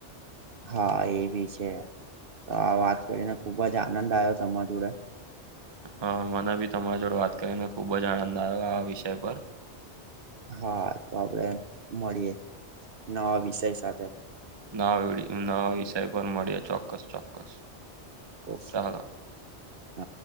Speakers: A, on the right; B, on the right.
A: હા એ ભી છે તો આ વાત કરીને ખુબ જ આનંદ આવ્યો તમારા જોડે
B: હા મને બી તમારા જોડે વાત કરીને ખુબ જ આનંદ આવ્યો આ વિષય પર
A: હા તો આપડે મળીએે નવા વિષય સાથે
B: ના વડી નવા વિષય પર મળ્યો ચોક્કસ ચોક્કસ
A: ઓકે
B: ચાલો
A: હા